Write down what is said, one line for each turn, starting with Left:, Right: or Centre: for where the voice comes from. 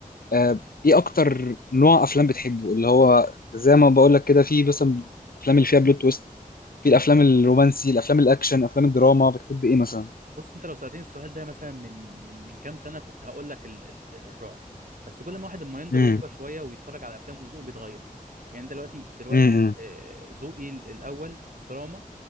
Left: آه، ايه اكتر نوع افلام بتحبه اللي هو زي ما بقول لك كده في مثلا افلام اللي فيها بلوت تويست في الافلام الرومانسي الافلام الاكشن افلام الدراما بتحب ايه مثلا
Right: بص انت لو سألتني السؤال ده مثلا من من من كام سنة كنت هقول لك ال- ال- الرعب بس كل ما واحد اما ينضج
Left: امم
Right: ويكبر شوية ويتفرج على افلام وذوقه بيتغير يعني انت دلوقتي دلوقتي
Left: امم
Right: آه، ذوقي ال- الاول في الدراما